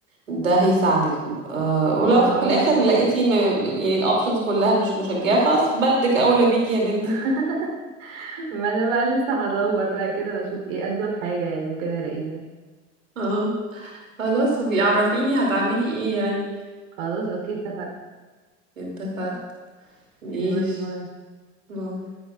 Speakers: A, on the right (about 85°); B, on the right (about 70°).
A: ده هيساعدك أه
B: ما
A: ولو في الاخر
B: اه من
A: لقيتي م... م- يعني الاوبشنز كلها مش مشجعه خلاص بلدك اولى بيكي يا بنتي
B: <laughs> ما انا بقى لسه هدور بقى كده واشوف ايه انسب حاجة يعني ممكن الاقيها
A: اه خلاص وبيعرفيني هتعملي ايه يعني
B: خلاص اوكي اتفقنا
A: اتفقت ماشي
B: باي باي
A: باي